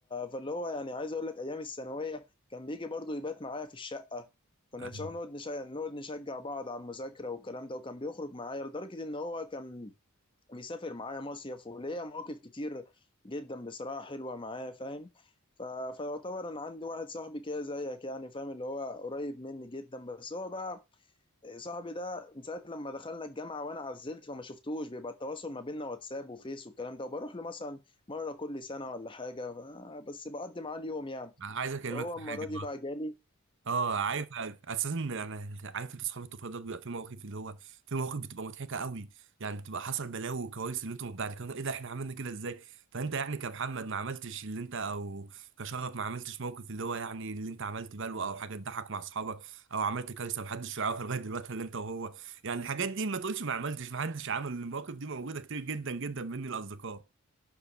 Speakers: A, on the left; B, on the right.
A: فاللي هو يعني عايز اقول لك ايام الثانوية كان بيجي برضو يبات معايا في الشقة كنا
B: آه.
A: ان شاء الله نقعد نشجع نقعد نشجع بعض على المذاكره والكلام ده وكان بيخرج معايا لدرجه ان هو كان بيسافر معايا مصيف وليا مواقف كتير جدا بصراحه حلوه معاه فاهم ف... فيعتبر انا عندي واحد صاحبي كده زيك يعني فاهم اللي هو قريب مني جدا بس هو بقى صاحبي ده من ساعه لما دخلنا الجامعه وانا عزلت فما شفتوش بيبقى التواصل ما بيننا واتساب وفيس والكلام ده وبروح له مثلا مره كل سنه ولا حاجه ف... بس بقضي معاه اليوم يعني
B: عايز اكلمك
A: فهو
B: في
A: المره
B: حاجه
A: دي بقى جالي
B: اه عارف اساسا انا عارف انت اصحاب الطفوله ده بيبقى في مواقف اللي هو في مواقف بتبقى مضحكه قوي يعني بتبقى حصل بلاوي وكوارث اللي انتم بعد كده ايه ده احنا عملنا كده ازاي فانت يعني كمحمد ما عملتش اللي انت او كشرف ما عملتش موقف اللي هو يعني اللي انت عملت بلوه او حاجه تضحك مع اصحابك او عملت كارثه محدش يعرفها لغايه دلوقتي اللي انت وهو يعني الحاجات دي ما تقولش ما عملتش ما حدش عمل المواقف دي موجوده كتير جدا جدا مني الاصدقاء